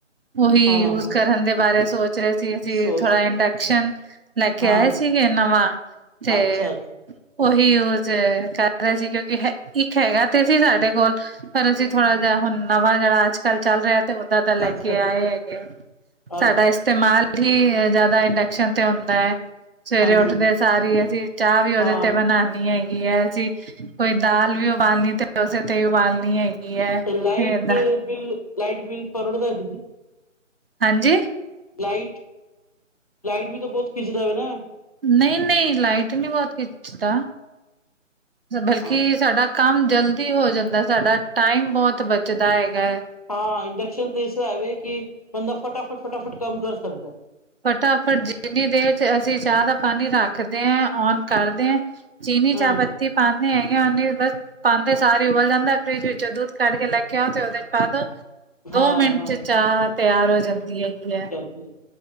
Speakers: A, on the right; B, on the left.
A: ਉਹੀ
B: ਹਾਂ,
A: ਯੂਜ
B: ਹਾਂ
A: ਕਰਨ ਦੇ ਬਾਰੇ ਸੋਚ ਰਹੇ ਸੀ ਅਸੀਂ।
B: ਸੋਚ
A: ਥੋੜ੍ਹਾ ਇੰਡਕਸ਼ਨ ਲੈ ਕੇ
B: ਹਾਂ,
A: ਆਏ ਸੀਗੇ ਨਵਾਂ। ਤੇ?
B: ਅੱਛਾ, ਅੱਛਾ,
A: ਉਹੀ ਯੂਜ ਏ ਕਰ ਰਹਾ ਸੀ ਕਿਉਂਕਿ ਇੱਕ ਹੈਗਾ ਤੇ ਸੀ ਸਾਡੇ ਕੋਲ। ਪਰ ਅਸੀਂ
B: ਹਮ,
A: ਥੋੜ੍ਹਾ ਜਿਹਾ ਹੁਣ ਨਵਾਂ ਜਿਹੜਾ ਅੱਜਕੱਲ ਚੱਲ ਰਿਹਾ ਤੇ ਉਹਦਾ ਲੈ
B: ਅੱਛਾ,
A: ਕੇ ਆਏ ਹੈਗੇ। ਸਾਡਾ
B: ਅੱਛਾ।
A: ਇਸਤੇਮਾਲ ਹੀ ਜਿਆਦਾ ਇੰਡਕਸ਼ਨ ਤੇ ਹੁੰਦਾ ਹੈ, ਸਵੇਰੇ
B: ਹਾਂਜੀ,
A: ਉੱਠਦੇ ਸਾਰੀ ਅਸੀਂ ਚਾਹ ਵੀ ਉਹਦੇ
B: ਹਾਂ
A: ਤੇ ਬਣਾਨੀ ਏ। ਗੀ ਹੈ ਜੀ ਕੋਈ ਦਾਲ ਵੀ ਉਬਾਲਣੀ ਤੇ ਉਸੇ ਤੇ ਹੀ ਉਬਾਲਣੀ ਹੈਗੀ। ਹੈ
B: ਤੇ ਲਾਈਟ
A: ਏਦਾਂ
B: ਤੇ ਬਿੱਲ ਲਾਈਟ ਬਿਲ ਪਰੜਦਾ ਦੀਦੀ।
A: ਹਾਂਜੀ?
B: ਲਾਈਟ, ਲਾਈਟ ਵੀ ਤਾਂ ਬਹੁਤ ਖਿੱਚਦਾ ਵਾ ਨਾ।
A: ਨਹੀਂ-ਨਹੀਂ ਲਾਈਟ ਨਹੀਂੀ ਬਹੁਤ ਖਿੱਚਦਾ, ਬਲਕਿ
B: ਹਾਂ।
A: ਸਾਡਾ ਕੰਮ ਜਲਦੀ ਹੋ ਜਾਂਦਾ ਸਾਡਾ ਟਾਈਮ ਬਹੁਤ ਬਚਦਾ ਹੈਗਾ ਹੈ।
B: ਹਾਂ ਇੰਡਕਸ਼ਨ ਤਾਂ ਇਸ ਹੈਵੇ ਕਿ ਬੰਦਾ ਫਟਾਫਟ-ਫਟਾਫਟ ਕੰਮ ਕਰ ਸਕਦਾ।
A: ਫਟਾਫਟ ਜਿੰਨੀ ਦੇਰ 'ਚ ਅਸੀਂ ਚਾਹ ਦਾ ਪਾਣੀ ਰੱਖਦੇ ਹਾਂ ਓਨ ਕਰਦੇ ਆ ਚੀਨੀ,
B: ਹਾਂ,
A: ਚਾਹ ਪੱਤੀ ਪਾਉਂਦੇ ਹੈਗੇ ਉਹ ਬਸ ਪਾਉਂਦੇ ਸਾਰੇ ਹੀ ਉਬਲ ਜਾਂਦਾ। ਫਰਿੱਜ ਵਿੱਚੋਂ ਦੁੱਧ ਕੱਢ ਕੇ ਲੈ ਕੇ ਆਓ ਤੇ ਉਹਦੇ ਚ ਪਾ ਦੋ। ਦੋ
B: ਹਾਂ,
A: ਮਿੰਟ
B: ਹਾਂ।
A: ਚ ਚਾਹ ਤਿਆਰ ਹੋ ਜਾਂਦੀ ਹੈਗੀ ਹੈ।
B: ਜੀ